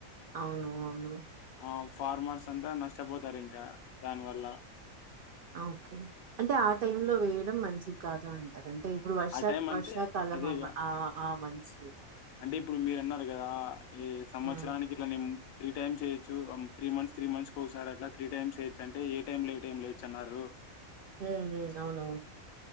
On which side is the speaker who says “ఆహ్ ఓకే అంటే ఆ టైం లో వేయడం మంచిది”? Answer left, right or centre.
Right